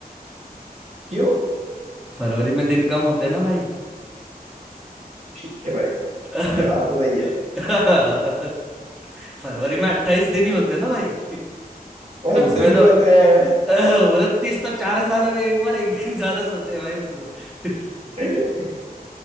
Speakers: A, on the right; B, in the centre.
A: क्यों
B: फरवरी में दिन कम होते हैं ना भाई
A: ठीक है भाई
B: <laughs>
A: जवाब तो सही है
B: फरवरी में अट्ठाईस दिन ही होते हैं ना भाई <laughs>
A: उनतीस
B: तो उसमें तो
A: भी होते हैं
B: उनतीस तो चार साल में एक बार एक दिन ज्यादा सोते हैं भाई उसमें <laughs>
A: ज्यादा